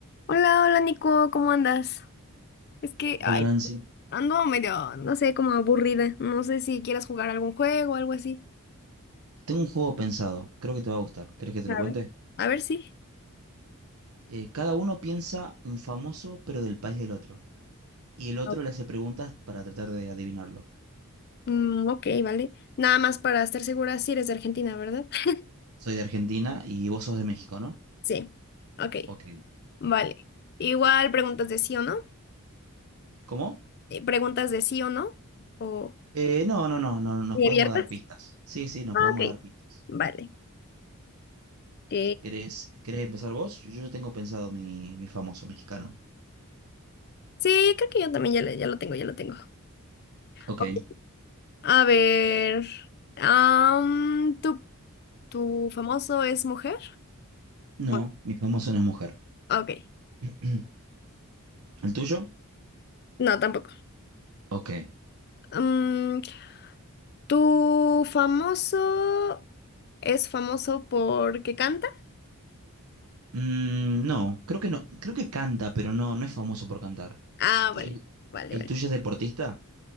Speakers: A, on the left; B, on the right.
A: Hola, hola Nico, ¿cómo andas? Es que,
B: Hola
A: ay,
B: Nancy,
A: ando medio, no sé, como aburrida. No sé si quieras jugar algún juego o algo así.
B: tengo un juego pensado, creo que te va a gustar. ¿Querés que te
A: A
B: lo cuente?
A: ver. A ver sí.
B: Eh, cada uno piensa un famoso, pero del país del otro. Y el otro
A: Ok.
B: le hace preguntas para tratar de adivinarlo.
A: Mm, ok, vale. Nada más para estar segura si eres de Argentina, ¿verdad? <laughs>
B: Soy de Argentina y vos sos de México, ¿no?
A: Sí. Ok,
B: Ok.
A: vale. Igual preguntas de sí o no.
B: ¿Cómo?
A: eh, Preguntas de sí o no. O
B: Eh, no, no, no, no, nos
A: ¿Y
B: podemos
A: abiertas?
B: dar pistas. Sí, sí, nos
A: Ah,
B: podemos
A: Ok,
B: dar pistas.
A: vale. Ok.
B: ¿Querés, querés empezar vos? Yo ya tengo pensado mi, mi famoso mexicano.
A: Sí, creo que yo también ya, le- ya lo tengo, ya lo tengo.
B: Ok.
A: Ok. A ver. am, ¿tú ¿Tu famoso es mujer?
B: No,
A: ¿O
B: mi famoso no es mujer.
A: no? Ok,
B: <clears throat> ¿El tuyo?
A: no, tampoco.
B: Ok.
A: Mm, ¿tu famoso es famoso porque canta?
B: Mm, no, creo que no, creo que canta, pero no, no es famoso por cantar.
A: Ah,
B: ¿Y
A: vale,
B: el,
A: vale,
B: el
A: vale.
B: tuyo es deportista?